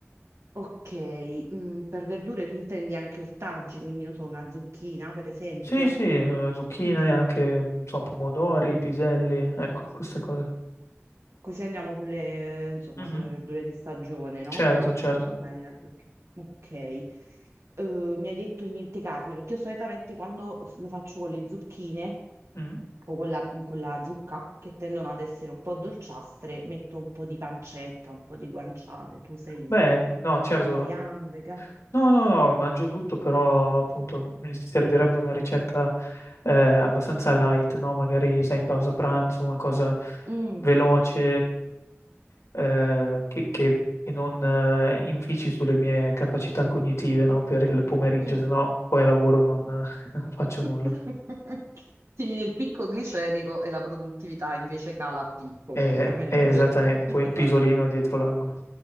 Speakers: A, on the right; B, on the left.
A: ok, mm, per verdure tu intendi anche ortaggi, quindi non so, una zucchina per esempio.
B: Sì, sì, eh, zucchine,
A: Mm.
B: anche, non so, pomodori, piselli, ecco, queste cose.
A: Così andiamo sulle, insomma,
B: Mhm,
A: sulle verdure di stagione, no?
B: Certo,
A: Eh, magari
B: certo.
A: la zucchina. Ok. Eh, mi hai detto niente carne, perché io solitamente quando lo faccio con le zucchine...
B: Mm.
A: o con la, con la zucca, che tendono ad essere un po' dolciastre, metto un po' di pancetta, un po' di guanciale. Tu sei
B: Beh, no, certo.
A: vegetariano, vegano?
B: No, no, no, mangio tutto, però appunto mi servirebbe una ricetta eh, abbastanza light, no? Magari sei in pausa pranzo, una cosa
A: Mm,
B: veloce, eh, che, che- che non eh, infici sulle mie capacità cognitive, no, Per il pomeriggio,
A: mm.
B: se no poi al lavoro non, <laughs> non faccio
A: <laughs>
B: nulla.
A: Ti viene il picco glicemico e la produttività invece cala a picco
B: Eh,
A: praticamente.
B: eh, esattamente,
A: <laughs>
B: poi
A: Esatto.
B: il pisolino dietro l'angolo.